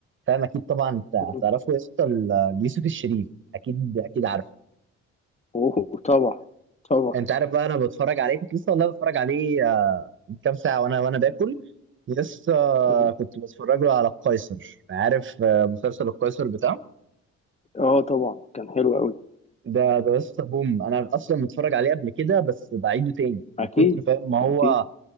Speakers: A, on the right (about 40°); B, on the left (about 25°).
A: فاهم اكيد طبعا انت هتعرفه
B: م.
A: يا اسطى ال- يوسف الشريف اكيد اكيد عارفه
B: اوه طبعا طبعا
A: انت عارف بقى انا بتفرج عليه كنت لسه والله بتفرج عليه آه، من كام ساعه وانا وانا باكل لسه آه،
B: م.
A: كنت بتفرج له على القيصر عارف آه، مسلسل القيصر بتاعه
B: اه طبعا كان حلو قوي
A: ده ده لسه بوم انا اصلا متفرج عليه قبل كده بس بعيده تاني من
B: اكيد
A: كتر فاهم ما هو
B: اكيد